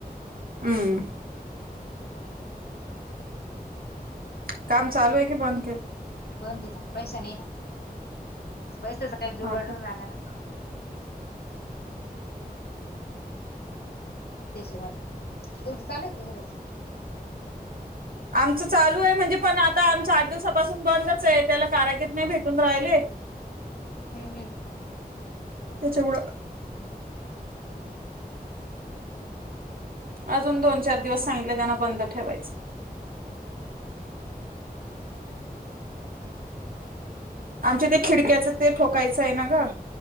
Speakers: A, on the right; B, on the left.
A: हम्म. काम चालू आहे की बंद केल?
B: बंद दि ना पैसा नाही ना पैसाचा काही जुगाड
A: हा का.
B: लागना. त्याशिवाय तुमचं चालू आहे का घराच.
A: आमचं चालू आहे म्हणजे पण आता आमच आठ दिवसापासून बंदच आहे त्याला कारागीर नाही भेटून राहिले.
B: हम्.
A: त्याच्यावढं अजून दोन चार दिवस सांगितले त्यांना बंद ठेवायचं आमच्या ते खिडक्याचं ते ठोकायचं आहे ना ग